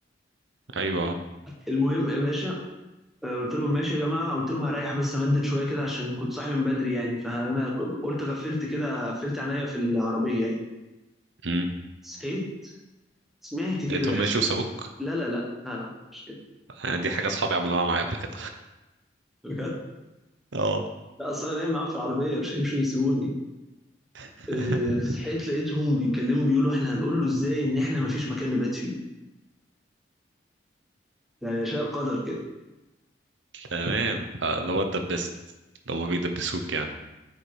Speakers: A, on the right; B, in the centre.
A: ايوه
B: المهم يا باشا آه، قلت لهم ماشي يا جماعه قلت لهم هريح بس امدد شويه كده عشان كنت صاحي من بدري يعني فانا ك- قلت غفلت كده قفلت عينيا في العربيه يعني
A: امم
B: صحيت سمعت كده
A: لقيتهم ماشي وسابوك
B: لا لا لا لا لا مش كده
A: آه، دي حاجه اصحابي عملوها معايا قبل كده
B: بجد
A: اه
B: لا اصل انا نايم معاهم في العربيه مش هيمشوا يسيبوني
A: <laughs>
B: آه، صحيت لقيتهم بيتكلموا بيقولوا احنا هنقول له ازاي ان احنا ما فيش مكان نبات فيه ده يشاء قدر كده
A: تمام فاللي هو اتدبست لو ما بيدبسوك يعني